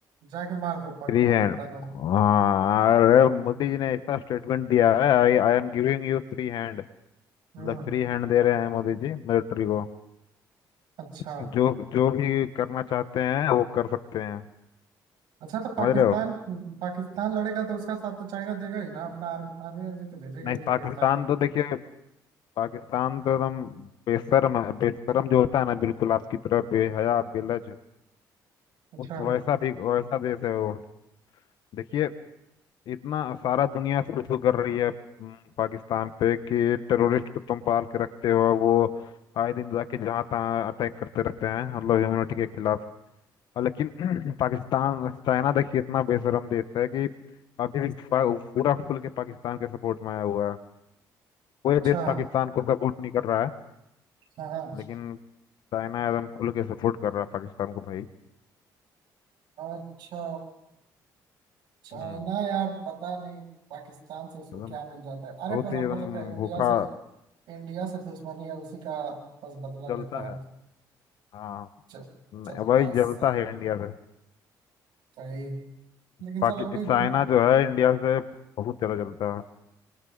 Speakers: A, on the right; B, on the left.
A: जाके मार दो पा,
B: Free
A: पाकिस्तान
B: hand
A: वाले
B: हाँ अरे मोदी जी ने ऐसा स्टेटमेंट दिया है I I am giving you free hand मतलब
A: हम्म
B: फ्री हैंड दे रहे हैं मोदी जी मिलिट्री को
A: अच्छा
B: जो जो भी करना चाहते हैं वो कर सकते हैं
A: अच्छा तो पाकिस्तान
B: समझ रहे हो
A: पाकिस्तान लड़ेगा तो उसका साथ तो चाइना देगा ही ना अपना आर्म, आर्मी आर्मी तो भेजेगा
B: नहीं
A: ही पाकिस्तान
B: पाकिस्तान तो देखिए पाकिस्तान तो एकदम बेशर्म है बेशर्म जो होता है ना बिल्कुल आपकी तरह बेहया बेलज
A: अच्छा
B: उस वैसा भी वैसा देश है वो देखिए इतना सारा दुनिया शुरू कर रही है हम्म, पाकिस्तान पे कि टेररिस्ट को तुम पाल के रखते हो वो आए दिन जाके जहाँ तहाँ अटैक करते रहते हैं मतलब ह्यूमनिटी के खिलाफ और लेकिन <clears throat> पाकिस्तान चाइना देखिए इतना बेशरम देश है कि अभी भी पा- पूरा खुल के पाकिस्तान के सपोर्ट में आया हुआ है
A: अच्छा
B: कोई देश पाकिस्तान को सपोर्ट नहीं कर रहा है
A: हाँ हाँ,
B: लेकिन चाइना एकदम खुल के सपोर्ट कर रहा है पाकिस्तान को भाई
A: अच्छा चाइना
B: हम्म
A: यार पता नहीं पाकिस्तान से उसको
B: एकदम
A: क्या मिल जाता है अरे
B: बहुत
A: बस
B: ही
A: हमको
B: एकदम
A: लगता है इंडिया
B: भूखा
A: से इंडिया से दुश्मनी है उसी का बस बदला
B: जलता
A: लेता है
B: है हाँ
A: चल
B: न-
A: चलता
B: वही जलता
A: साला
B: है इंडिया से
A: भाई लेकिन
B: पाकि
A: साला हमको
B: चाइना
A: इतना-
B: जो है इंडिया से बहुत ज़्यादा जलता है